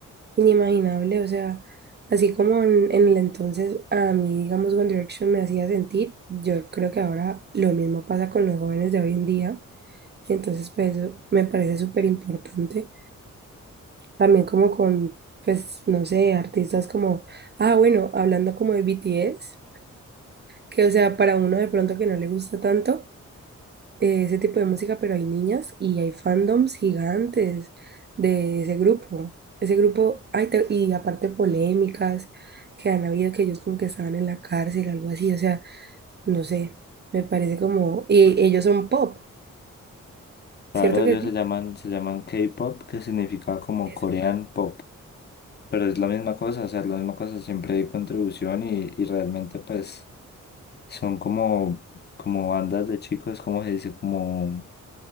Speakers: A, on the right; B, on the left.
A: inimaginable, o sea, así como en, en el entonces a mí, digamos, One Direction me hacía sentir, yo creo que ahora lo mismo pasa con los jóvenes de hoy en día, y entonces pues eso me parece súper importante, también como con, pues, no sé, artistas como, ah, bueno, hablando como de BTS, que o sea, para uno de pronto que no le gusta tanto, eh, ese tipo de música, pero hay niñas y hay fandoms gigantes de ese grupo. Ese grupo, ay, te- y aparte polémicas que han habido, que ellos como que estaban en la cárcel o algo así, o sea, no sé, me parece como... Y ellos son pop, ¿cierto
B: Claro,
A: que
B: ellos
A: sí?
B: se llaman, se llaman K-pop, que significa como
A: Eso.
B: Korean Pop, pero es la misma cosa, o sea, es la misma cosa, siempre hay contribución y, y realmente pues son como, como bandas de chicos, como se dice, como